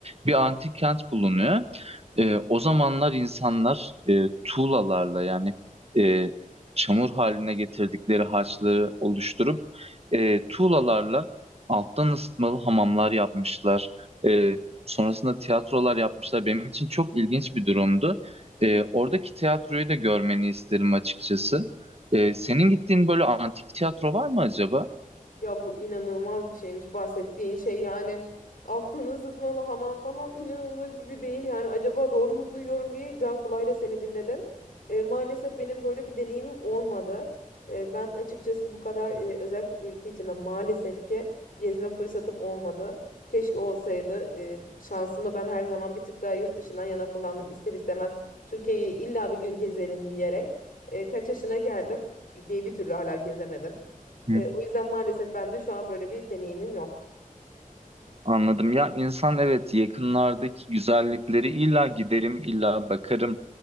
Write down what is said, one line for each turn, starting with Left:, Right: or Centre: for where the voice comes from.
Right: Bir antik kent bulunuyor. E, o zamanlar insanlar e, tuğlalarla yani e, çamur haline getirdikleri harçları oluşturup e, tuğlalarla alttan ısıtmalı hamamlar yapmışlar. E, sonrasında tiyatrolar yapmışlar. Benim için çok ilginç bir durumdu. E, oradaki tiyatroyu da görmeni isterim açıkçası. E, senin gittiğin böyle antik tiyatro var mı acaba?
Left: Ya bu inanılmaz bir şeymiş bahsettiğin şey yani altını ısıtmalı hamam falan inanılır gibi değil yani acaba doğru mu duyuyorum diye can kulağıyla seni dinledim. E, maalesef benim böyle bir deneyimim olmadı. E, ben açıkçası bu kadar e, özellikle ülke içinde maalesef ki gezme fırsatım olmadı. Keşke olsaydı. E, şansımı ben her zaman bir tık daha yurt dışından yana kullandım ister istemez Türkiye'yi illa bir gün gezelim diyerek. E, kaç yaşına geldim Türkiye'yi bir türlü hala gezemedim.
Right: Hı.
Left: E, o yüzden maalesef ben de şu an böyle bir deneyimim yok.
Right: Anladım. Ya insan evet yakınlardaki güzellikleri illa giderim, illa bakarım